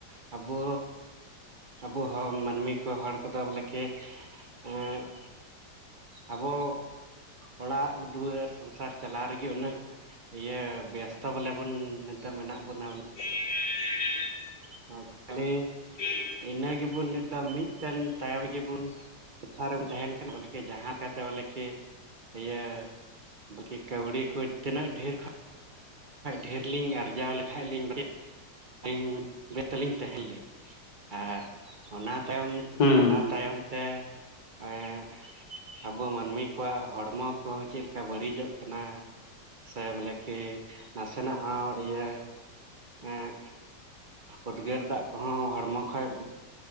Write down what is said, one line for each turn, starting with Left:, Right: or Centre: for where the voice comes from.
Right: ᱟᱵᱚ ᱟᱵᱚ ᱦᱚᱲ ᱢᱟᱹᱱᱢᱤ ᱠᱚ ᱦᱚᱲ ᱠᱚᱫᱚ ᱵᱚᱞᱮ ᱠᱤ ᱮᱸ ᱟᱵᱚ ᱚᱲᱟᱜ ᱫᱩᱣᱟᱹᱨ ᱥᱚᱝᱥᱟᱨ ᱪᱟᱞᱟᱣ ᱨᱮᱜᱮ ᱩᱱᱟᱹᱜ ᱤᱭᱟᱹ ᱵᱮᱥᱛᱚ ᱵᱚᱞᱮ ᱵᱚᱱ ᱢᱮᱱᱟᱜ ᱵᱚᱱᱟ
Left: <inaudible>
Right: <unintelligible>
Left: <inaudible>
Right: ᱤᱱᱟᱹ ᱜᱮᱵᱚᱱ ᱱᱤᱛ ᱫᱚ ᱢᱤᱫᱴᱮᱱ ᱛᱟᱭᱚᱢ ᱜᱮᱵᱚᱱ ᱞᱮᱠᱷᱟ ᱨᱮᱢ ᱛᱟᱦᱮᱱ ᱠᱟᱱᱟ ᱵᱚᱞᱮᱠᱤ ᱡᱟᱦᱟᱸ ᱞᱮᱠᱟᱛᱮ ᱵᱚᱞᱮ ᱠᱤ ᱤᱭᱟᱹ ᱵᱚᱞᱠᱤ ᱠᱟᱹᱣᱰᱤ ᱠᱚ ᱛᱤᱱᱟᱹᱜ ᱰᱷᱮᱨ ᱠᱷᱚᱱ ᱰᱷᱮᱨ ᱞᱤᱧ ᱟᱨᱡᱟᱣ ᱞᱮᱠᱷᱟᱡ ᱞᱤᱧ ᱟᱹᱞᱤᱧ ᱵᱮᱥᱛᱚ ᱞᱤᱧ ᱛᱟᱦᱮᱱ ᱞᱤᱧ ᱟᱨ ᱚᱱᱟ ᱛᱟᱭᱚᱢ
Left: ᱦᱩᱸ
Right: ᱚᱱᱟ ᱛᱟᱭᱚᱢ ᱛᱮ ᱮᱸ ᱟᱵᱚ ᱢᱟᱹᱱᱢᱤ ᱠᱚᱣᱟᱜ ᱦᱚᱲᱢᱚ ᱠᱚᱦᱚᱸ ᱪᱮᱫᱞᱮᱠᱟ ᱵᱟᱹᱲᱤᱡᱚᱜ ᱠᱟᱱᱟ ᱥᱮ ᱵᱚᱞᱮ ᱠᱤ ᱱᱟᱥᱮ ᱱᱟᱜ ᱦᱚᱸ ᱤᱭᱟᱹ ᱮᱸ ᱩᱫᱽᱜᱟᱹᱨ ᱫᱟᱜ ᱠᱚ ᱦᱚᱸ ᱦᱚᱲᱢᱚ ᱠᱷᱚᱡ